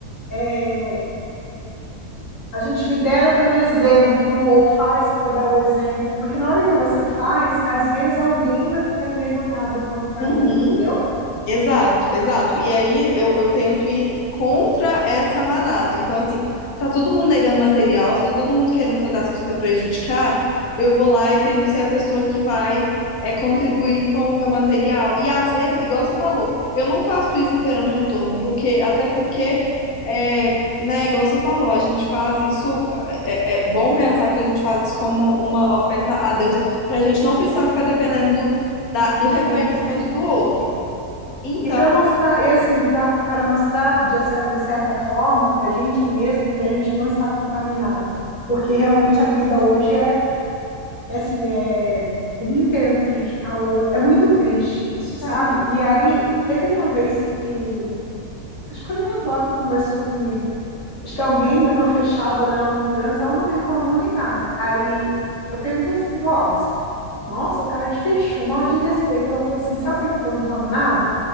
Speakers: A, on the left; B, on the left.
A: é, a gente lidera pelo exemplo ou faz para dar o exemplo, porque na hora que você faz, às vezes alguém vai ficar envergonhada por não fazer,
B: Uhum.
A: entendeu?
B: Exato, exato. E aí eu, eu tento ir contra essa manada. Então, assim, se tá todo mundo negando material, se tá todo mundo querendo fazer as coisas para prejudicar, eu vou lá e tento ser a pessoa que vai é, contribuir com o meu material. E às vezes, igual você falou, eu não faço isso esperando retorno, porque até porque, é, né, igual você falou, a gente faz isso, é, é é bom pensar que a gente faz isso como uma oferta a Deus, pra gente não precisar ficar dependendo do, da- do reconhecimento
A: E
B: do outro. Então,
A: E para mostrar, e assim, para para mostrar de, cer- de certa forma para a gente mesmo que a gente não está contaminado, porque realmente a vida hoje é, é assim, é um querendo prejudicar o outro, é muito triste isso,
B: tá.
A: sabe? E aí teve uma vez que, acho que foi minha avó que conversou comigo, acho que alguém deu uma fechada nela no trânsito, ela não reclamou nem nada. Aí eu perguntei assim, vó, mas nossa, o cara te fechou, mal desrespeito. Ela falou assim, sabe por que que eu não falo nada?